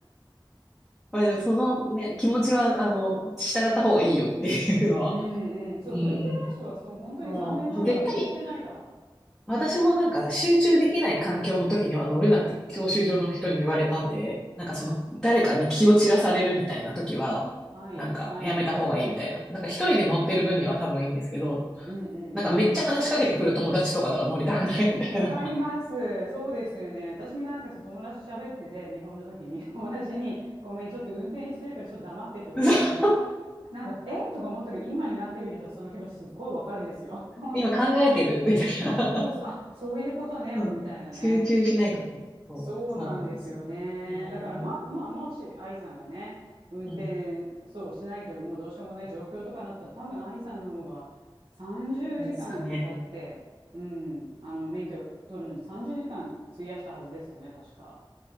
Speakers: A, in the centre; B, on the right (about 75°).
A: まあ、でもそのね、気持ちは、あの、従った方がいいよっていうのは。
B: うんうん。そう、
A: うん。
B: 向いてない人は、そう、本当に残念ながら向いてないから。
A: そう絶対、私もなんか集中できない環境の時には乗るなって教習所の人に言われたんで、なんかその誰かに気を散らされるみたいな時は、
B: あ、はい、
A: なんかやめた方がいいみたいな。
B: はい。
A: なんか一人で乗ってる分には多分いいんですけど、
B: うんうんうん。
A: なんかめっちゃ話しかけてくる友達とかとは乗りたくないみたいな。
B: わかります。そうですよね。私もなんかそう友達と喋ってて、日本の時に、<laughs> 友達に、ごめん、ちょっと運転してるからちょっと黙ってって言われた時に、
A: <laughs>
B: なんか、えとか思ったけど、今になってみるとその気持ちすっごいわかるんですよ。<laughs> 本当に。
A: 今考えてるみたいな。
B: そうそう、あ、そういうことね、
A: うん、
B: みたいなね。
A: 集中しないと思う。そう、
B: そうなんですよね。
A: そうなんですよね。うーん、
B: だから、ま、まあ、もし愛さんがね、運転、
A: うん、
B: そうしないともうどうしようもない状況とかになったら、多分愛さんの方が30時間だって、
A: そうですかね。
B: うん、あの、免許取るのに30時間費やしたはずですよね、確か。